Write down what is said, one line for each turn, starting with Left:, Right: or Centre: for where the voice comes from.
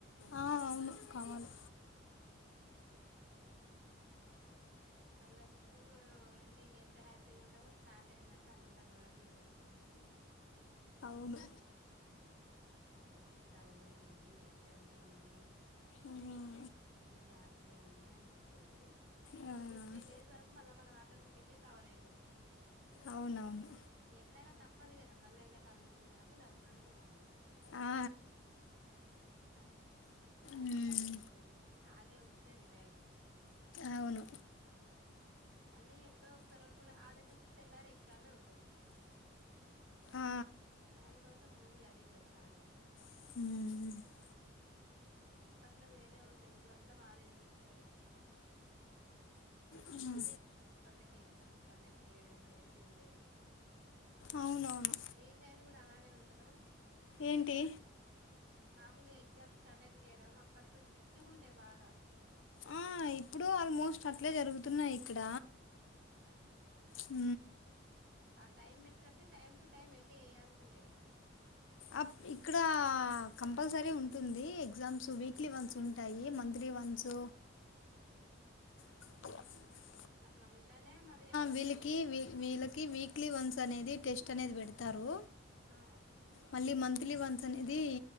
Left: ఆ అవును కావాలి
Right: ఉం మళ్ళా స్కూల్ ఎండింగ్ ఎంత హ్యాపీగా ఉంటామో స్టార్ట్ అయిందంటే అంత ఘోరంగా ఉంటది
Left: అవును
Right: మళ్ళ ఈ చదువుడేంది ఎగ్జామ్స్ ఏంది
Left: ఉం
Right: ఇ రాసుడేంది అనిపిస్తుది ఒక
Left: ఆ, ఆ.
Right: ఫిఫ్టీ టెన్ డేస్ వరకు మళ్ళ మనం ఆటోమేటిక్ గా కవర్ అయితాం
Left: అవునవును
Right: ఎట్లాగా తప్పదు కదా మళ్ళీ ఎండాకాలం వచ్చేదాకా చదువుతూనే ఉండాలి
Left: ఆ,
Right: ఆ
Left: మ్మ్.
Right: అట్లా అనిపిస్తుది హాలిడే వస్తే రిలాక్స్
Left: అవును
Right: అది ఎప్పుడో ఒక సారి రెండు మూడు హాలడేస్ వస్తే తెల్లారి ఎగ్జామే ఉంటది
Left: ఆ
Right: దానికోసం ముందు చదివి పెట్టాలి
Left: ఉం
Right: అప్పట్లో వేరే ఉండయి ఇప్పుడు అంతా మారింది స్టడీ మొత్తం
Left: ఉం
Right: అప్పట్లోకి ఎగ్జామ్స్ కండక్ట్ చేయడం లేదు ఏది లేదు
Left: అవునవును
Right: మీ సైడ్ కూడా అలానే ఉంటదా
Left: ఏంటి
Right: మామలు ఎగ్జామ్స్ కండక్ట్ చేయడం అప్పట్లో స్ట్రిక్ట్ గా ఉండే బాగా
Left: ఆ ఇప్పుడు ఆల్మోస్ట్ అట్లే జరుగుతున్నాయి ఇక్కడ
Right: ఉ
Left: ఊ
Right: ఆ టైం పెట్టిందంటె టైమ్ టు టైం ఎండ్ చేయాల్సిందే
Left: అప్ ఇక్కడ కంపల్సరీ ఉంటుంది ఎగ్జామ్స్ వీక్లీ వన్స్ ఉం ఉంటాయి మంత్లీ వన్స్
Right: ఊ
Left: <inaudible>
Right: అట్లా ఉంటేనే మళ్ళీ అవుతారులే
Left: వీళ్ళకి వీ- వీళ్ళకి వీక్లీ వన్స్ అనేది టెస్ట్ అనేది పెడతారు
Right: ఆ
Left: మళ్ళీ మంత్లీ వన్స్ అనేది